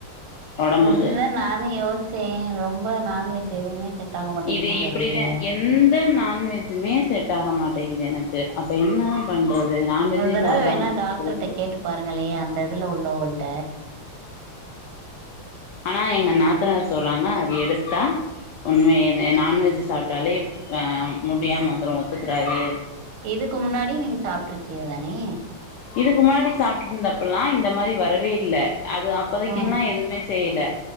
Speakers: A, on the left (about 80°); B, on the right (about 90°).
A: ஒடம்புக்கு
B: அதுதா நானு யோஸ்ச்சே ரொம்ப நான்வெஜ் எதுவுமே செட் ஆக மாட்டேங்குதுன்னு
A: இது இப்டிதா
B: சொல்றிய
A: எந்த நான்வெஜ்ஜுமே செட் ஆக மாட்டேங்குது எனக்கு அப்ப என்னதா பண்றது நான்வெஜ்ஜே
B: ஒரு தடவ
A: சாப்டாம
B: வேணா
A: இருக்கறது
B: டாக்டர்ட்ட கேட்டு பாருங்களே அந்த இதுல உள்ளவள்ட
A: ஆனா எங்க நாத்தனார் சொல்றாங்க அது எடுத்தா உண்மையுமே நான்வெஜ் சாப்டாலே அ முடியாம வந்துடு ஒத்துக்கறாது
B: இதுக்கு முன்னாடி நீங்க சாப்டிருக்கிய தானே
A: இதுக்கு முன்னாடி சாப்டுட்டு இருந்தப்பல்லா இந்த மாரி வரவே இல்ல அது அப் இப்பதைக்கு
B: ஆ
A: நா எதுவுமே செய்யல